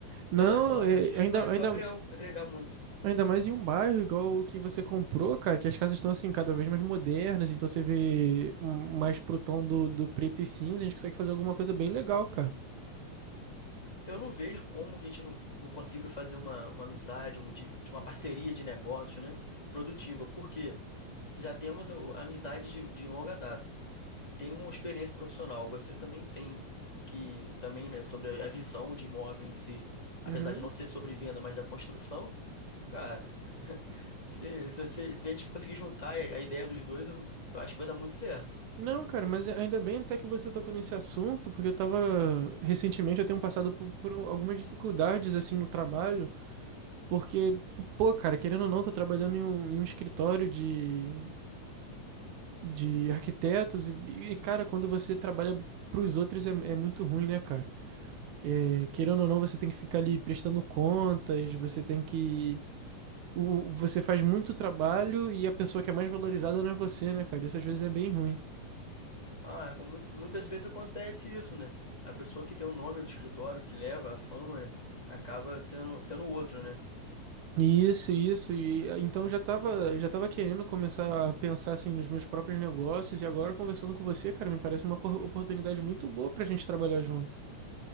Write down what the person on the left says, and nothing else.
É, seu lado
artístico
vai, vai
agregar, um, agregar muito.
Eu não vejo como que a gente não, não consiga fazer uma, uma amizade, um de, de uma parceria de negócio, né? Produtiva, porque já temos a, a amizade de, de longa data. Tem uma experiência profissional, você também tem que também, né, sobre a visão de imóvel em si. Apesar
de não ser sobre venda, mas da construção, cara, se, se, se- se a gente conseguir juntar a, a ideia dos dois, eu, eu acho que vai dar muito certo.
Ah, como mui- muitas vezes acontece isso, né? A pessoa que tem o nome do escritório, que leva a fama, né? Acaba sendo, sendo outro, né?